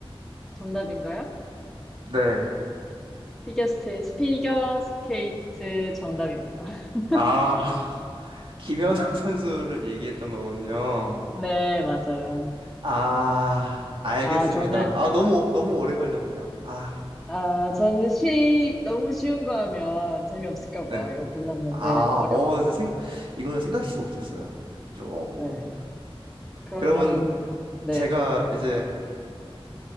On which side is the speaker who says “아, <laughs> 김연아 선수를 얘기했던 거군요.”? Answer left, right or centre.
Right